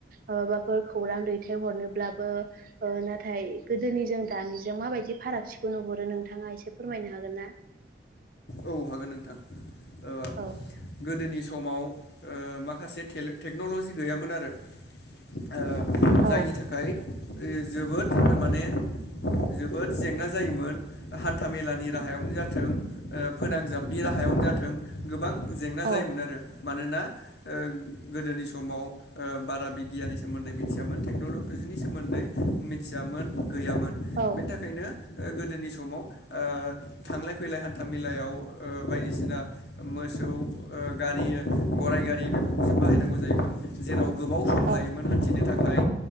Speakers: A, on the right; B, on the left.
A: माबाफोर खौरां दैथायहरनोब्लाबो ओ नाथाय गोदोनिजों दानिजों माबायदि फारागथिखौ नुहरो नोंथाङा एसे फोरमायनो हागोन ना <unintelligible>
B: औ हागोन नोंथां ओ
A: औ
B: गोदोनि समाव ओ माखासे टेक्न'ल'जि गैयामोन आरो ओ
A: औ
B: जायनि थाखाय जोबोद माने जोबोद जेंना जायोमोन हान्था - मेलानि राहाय सायावनो जाथों फोनांजाबनि राहायावनो जाथों गोबां जेंना
A: औ
B: जायोमोन आरो मानोना ओ गोदोनि समाव ओ बारा बिगियाननि सोमोन्दै मिथियामोन टेक्न'लजिनि सोमोन्दै मिथियामोन गैयामोन
A: औ
B: बेनि थाखायनो गोदोनि समाव थांलाय - फैलाय हान न्थामेलायाव ओ बायदिसिना मोसौ ओ गारि गराइ गारि बेफोरखौ बाहायनांगौ जायोमोन जेराव गोबाव सम
A: औ
B: लायोमोन हान्थिनो थाखाय